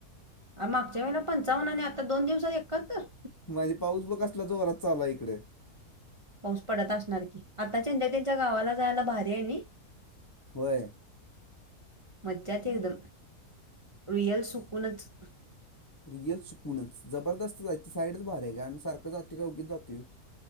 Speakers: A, on the right (about 25°); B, on the left (about 20°).
A: अ मागच्या वेळेला पंचाव्नने आता दोन दिवसात एकाहतर.
B: मजी पाऊस बघ असला जोरात चालू हाय इकडे.
A: पाऊस पडत असणार की आता चंद्या त्यांच्या गावाला जायला भारी हाय णी.
B: व्हय.
A: मज्जात एकदम रुयल सुकूनच.
B: रिअल सुकूनच जबरदस्तच हाय साईडच भारी आहे का आम्हीारं जातो का उगच जातो.